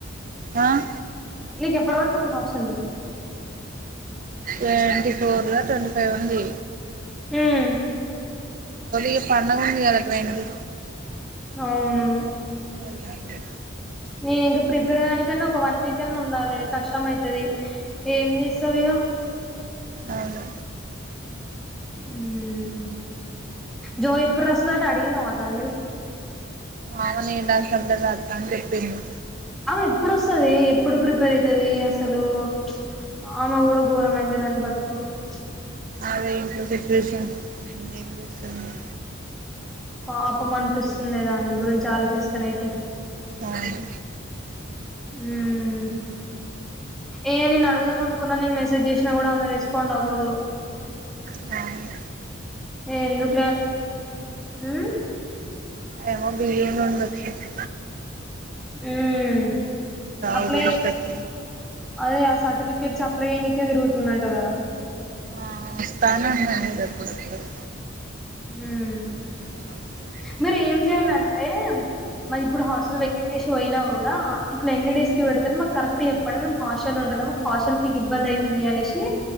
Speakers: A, on the right; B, in the centre.
A: ఆహ్.
B: నీకు ఎప్పటి వరకు ఉంది హాస్టల్ది.
A: ట్వంటీ ఫోర్ల ట్వంటీ ఫైవ్ ఉంది.
B: ఆహ్.
A: ఈ పండుగ ఉంది కదా ట్రైన్ కి.
B: అవును
A: ఓన్లానే.
B: నేను ఇంకా ప్రిపేర్ కానింకాన్నా ఒక వన్ వీక్ అన్నా ఉండాలి కష్టంమైత్. తది ఏం చేస్తావ్ ఇగ.
A: అవును.
B: ఉమ్ జో ఎప్పుడు రాస్తాదంట అడిగినవ దాని.
A: ఆమె నేను రాసినప్పుడే రాస్తా అని చెప్పింది.
B: ఎప్పుడోస్తది ఎప్పుడు ప్రిపేర్ అయితది అసలు ప్చ్. ఆమె కూడ ఘోరమైంది దాని బతుకు ప్చ్.
A: అదే ఇంట్లో సిచువేషన్ ఏది ఏం చేస్తాం ఇగ.
B: పాపం అనిపిస్తుంది దాన్ని గురించి ఆలోచిస్తానైతే.
A: అవును.
B: ఉమ్ ఏ నేను అడుగుదాం అనుకున్నా నేను మెసేజ్ చేసినా కూడా ఆమె రెస్పాండ్ అవ్వదు.
A: ఫ్రాంగు.
B: ఎందుకులే అని ఉమ్.
A: ఆమె ఎమో బియడ్ నుండి వచ్చింది.
B: ఉమ్మ్. అప్లై
A: ఊకే డిస్టర్బ్
B: అదే ఆ సర్టిఫికెట్స్ అప్లై చేయనికె తిరుగు. <unintelligible> అంటగదా.
A: ఆహ్ స్థానే <unintelligible> సరిపోతది.
B: ఉమ్.
A: అలాా
B: మరీ ఏం చేయాలనంటే. మరి ఇప్పుడు హాస్టల్ వేకెట్ చేసి పోయినా కూడా ఇట్లా ఎన్ని డేస్ కి పెడతారు మాకు కరెక్ట్. చెప్పనం మేము హాస్టల్ లో ఉంటున్నాం. మాకు హాస్టల్ ఫీకి ఇబ్బంది అయితుంది అనేసి